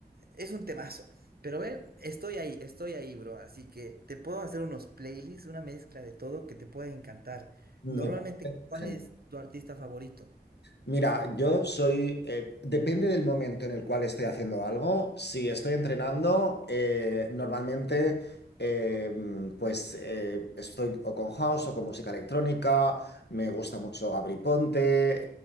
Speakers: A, on the right (about 65°); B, on the left (about 80°).
A: es un temazo. Pero ve, estoy ahí, estoy ahí, bro. Así que te puedo hacer unos playlists, una mezcla de todo que te puede encantar.
B: Me
A: Normalmente,
B: parece
A: ¿cuál
B: genial.
A: es tu artista favorito?
B: Mira, yo soy, eh, depende del momento en el cual estoy haciendo algo. Si estoy entrenando, eh, normalmente eh, mm, pues eh, estoy o con house o con música electrónica. Me gusta mucho Gabri Ponte.